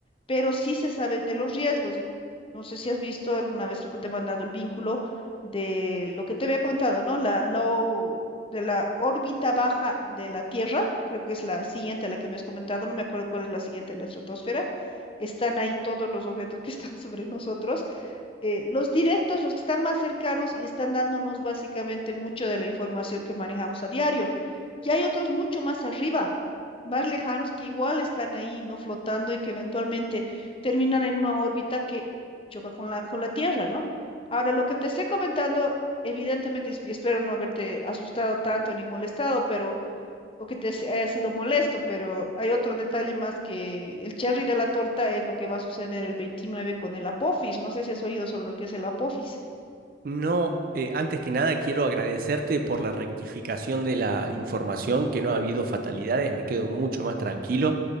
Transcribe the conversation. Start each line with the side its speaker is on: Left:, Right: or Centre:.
Left: pero sí se saben de los riesgos. Y no sé si has visto alguna vez, creo que te he mandado el vínculo de lo que te había comentado, ¿no? La low, de la órbita baja de la Tierra, creo que es la siguiente a la que me has comentado, no me acuerdo cuál es la siguiente, la estratosfera. Están ahí todos los objetos que están <laughs> sobre nosotros eh, los directos, los que están más cercanos y están dándonos básicamente mucho de la información que manejamos a diario. Y hay otros mucho más arriba, más lejanos, que igual están ahí, ¿no? Flotando y que eventualmente terminan en una órbita que choca con la, con la Tierra, ¿no? Ahora, lo que te estoy comentando, evidentemente, y espero no haberte asustado tanto ni molestado, pero o que te s- haya sido molesto, pero hay otro detalle más que el cherry de la torta es lo que va a suceder el 29 con el Apophis. No sé si has oído sobre lo que es el Apophis.
Right: No, eh, antes que nada quiero agradecerte por la rectificación de la información, que no ha habido fatalidades, me quedo mucho más tranquilo,